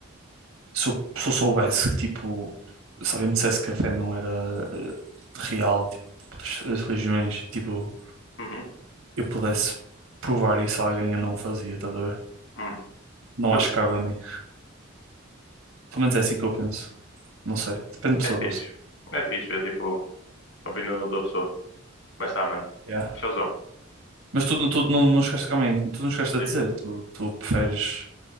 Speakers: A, on the right; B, on the left.
A: se eu, se eu soubesse que, tipo, se alguém me dissesse que a fé não era eh, real, tipo, as, as religiões, tipo,
B: Uhum.
A: eu pudesse provar isso a alguém, eu não o fazia, estás a ver?
B: Uhum.
A: Não
B: Justo.
A: acho que cabe a mim. Pelo menos é assim que eu penso. Não sei. Depende de pessoa
B: É
A: para
B: fixe.
A: pessoa.
B: É fixe ver, tipo, a opinião da outra pessoa. Mas tá, mano.
A: Yeah.
B: Showzão.
A: Mas tu, tu não, não chegaste, calma aí, tu não chegaste a
B: Diz,
A: dizer,
B: diz.
A: tu, tu preferes.